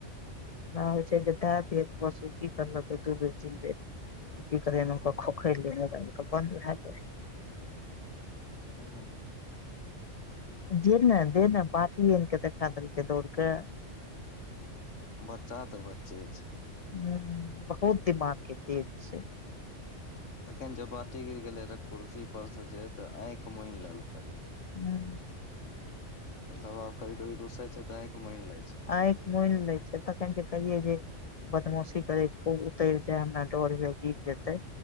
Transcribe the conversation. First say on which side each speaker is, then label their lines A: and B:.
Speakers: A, on the left (about 55°); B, on the left (about 80°).
A: होइ छै जे दए देत बस ओ की करलकै दू दे चिल देर की करेक खोखरि ले मोबाइलके बन्द भए गेल
B: ओ
A: जे ने दे ने बाटी आनि क देखा देलकै दौड़के
B: बच्चा तऽ बच्चे छै।
A: हूँ बहुत दिमाग के तेज छै।
B: तखन जब बाटी गिर गेले रहे कुर्सी परस जे ते आँखि मुनि लेलकै
A: हूँ
B: मतलब आब कभी कभी रुसै छै तऽ अइख मुइन लै छै
A: आँखि मोनि लै छै तखन जे कहिै जे बदमाशी करे खूब उतरि जाय हमरा डर हुए गिर जेते